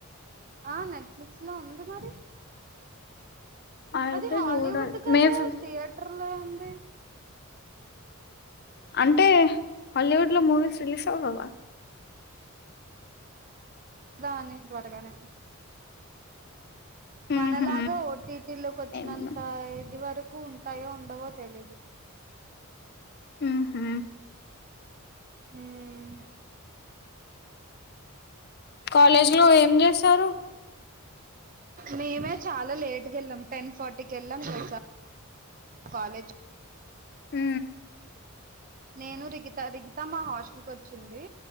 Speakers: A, on the right; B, on the left.
A: ఆ నెట్ఫ్లిక్స్ లో ఉంది మరి
B: అయితే
A: అది హాలీవుడ్
B: చూడాలి
A: కదా
B: మే ఫిఫ్
A: థియేటర్ లో ఉంది
B: అంటే హాలీవుడ్ లో మూవీస్ రిలీజ్ అవ్వవా
A: రా అని త్వరగానే మనలాగా
B: ఉహు
A: ఓటీటీ లోకి వచ్చినంత
B: ఏమో మరి
A: ఇది వరకు ఉంటాయో ఏమో తెలియదు
B: ఉమ్ హూ
A: ఉమ్
B: కాలేజీ లో ఏం చేస్తారు
A: మేమే చాలా లేటుగా వెళ్ళాం టెన్ ఫార్టీకి వెళ్ళాం తెలుసా కాలేజ
B: హ
A: నేను రిగిత రిగితా మా హాస్టల్ కు వచ్చింది